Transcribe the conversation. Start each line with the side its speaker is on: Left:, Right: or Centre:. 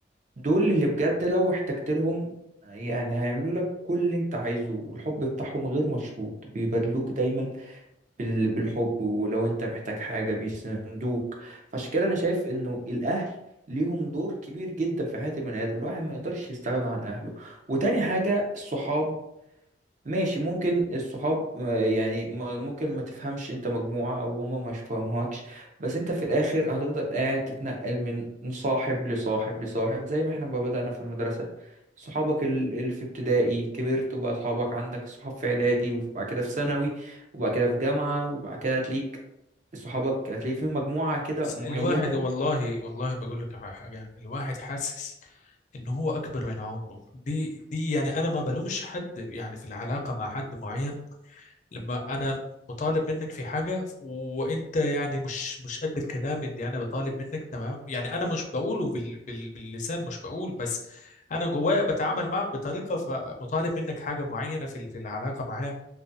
Right: دول اللي بجد لو احتجت لهم يعني هيعملوا لك كل اللي انت عايزه والحب بتاعهم غير مشروط بيبادلوك دايما بال- بالحب ولو انت محتاج حاجة بيسندوك فعشان كده انا شايف انه الاهل ليهم دور كبير جدا في حياة البني آدم الواحد ما يقدرش يستغنى عن أهله وتاني حاجة الصحاب ماشي ممكن الصحاب آه، يعني ما- ممكن ما تفهمش انت مجموعة او هما ما يفهموكش بس انت في الاخر هتفضل قاعد تتنقل من من صاحب لصاحب لصاحب زي ما احنا ما بدأنا في المدرسة صحابك ال- اللي في ابتدائي كبرت وبقى صحابك عندك صحاب في اعدادي وبعد كده في ثانوي وبعد كده في جامعة وبعد كده هتليك صحابك هتلاقي في مجموعة كده معينة
Left: الواحد والله والله بقول لك على حاجه الواحد حاسس ان هو اكبر من عمره دي دي يعني انا ما بلومش حد يعني في العلاقه مع حد معين لما انا مطالب منك في حاجه وانت يعني مش مش قد الكلام اللي انا بطالب منك تمام يعني انا مش بقوله بال بال باللسان مش بقول بس انا جوايا بتعامل معك بطريقه فمطالب منك حاجه معينه في ال- في العلاقه معاه